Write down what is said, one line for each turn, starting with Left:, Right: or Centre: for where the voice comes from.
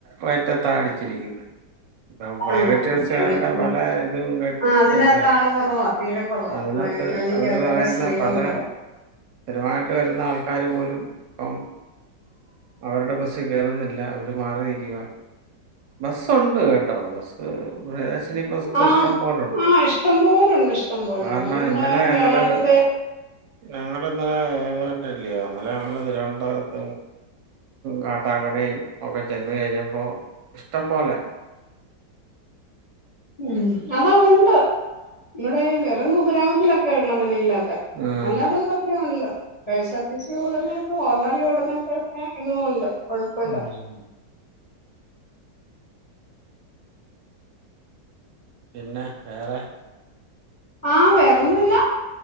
Right: വയറ്റത്താ അടിച്ചിരിക്കുന്നെ ഇപ്പം പ്രൈവറ്റ്
Left: ആഹ്
Right: ബസ്സുകാരുടെ പല ഇതും കണ്ടില്ലെ
Left: ആ അതിനകത്ത് ആള് കുറവാ തീരെ കുറവാ
Right: അതിന
Left: പ്രൈവറ്റ്
Right: അത്ത്
Left: വണ്ടിക്കകത്തൊക്കെ
Right: അവര് പറയുന്ന
Left: സ്ത്രീകള്
Right: പല
Left: കുറവാ
Right: സ്ഥിരവായിട്ട് വരുന്ന ആൾക്കാര് പോലും ഇപ്പം അവരുടെ ബസ് കേറുന്നില്ല അവര് മാറി നിക്കുക ബസ്സുണ്ട് കെട്ടൊ ബസ് <unintelligible> പ്പോ ബസ്
Left: ആഹ്
Right: ഇഷ്ടം പോലുണ്ട്
Left: ആഹ് ഇഷ്ടം പോലുണ്ട് ഇഷ്ടം പോലുണ്ട്
Right: കാരണം
Left: നമ്മുടെ
Right: ഇന്നലെ ഞങ്ങള്
Left: വയനാടിന്റെ
Right: ഞങ്ങള് ഇന്നലെ ഇന്നലെ ഞങ്ങള് തിരുവനന്തോരത്തും കാട്ടാകട യും ഒക്കെ ചെന്ന് കഴിഞ്ഞപ്പോ ഇഷ്ട്ടം പോലെ
Left: ഉം അതാ ഒണ്ട് നമ്മുടെ ഈ വെറും കുഗ്രാമത്തിലൊക്കെ ഉള്ളൂ അങ്ങനില്ലാതെ ത്തെ
Right: ആഹ്
Left: അല്ലാത്തടുത്ത് ഒക്കെ ഉണ്ട്. K S R T C ഓടുന്നടുത്ത് ഓർഡിനറി ഓടുന്നടുത്തക്കെ ഇതും ഒണ്ട് കൊഴപ്പോല്ല
Right: ഉം പിന്നെ വേറെ
Left: ആ വേറെന്നുംല്ല